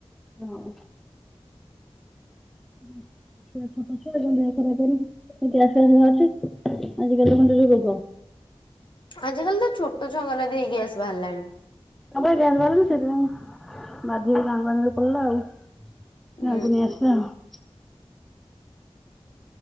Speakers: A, in the centre; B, on the left (about 50°).
A: ହଁ। ହୁଁ। ଛୁଆ ଛୋଟ ଛୁଆ ଦେହ ଖରାପ କରି ଗ୍ୟାସ ଫ୍ୟାସ ବାହାରୁଛି ଆଜିକାଲି ଖଣ୍ଡ ଯୋଉ ରୋଗ
B: ଆଜିକାଲି ତ ଛୋଟ ଛୁଆଙ୍କର ବି ଗ୍ୟାସ୍ ବାହାରିଲାଣି।
A: ତା ଗ୍ୟା ବାହାରନି ସେଥିପାଇଁ ବାଧିକ କାଙ୍ଗଙ୍ଗରେ ପଡିଲା ଆଉ <unintelligible>
B: ଉଁ
A: ନାକୁୁନି ଆସ ଆ <unintelligible>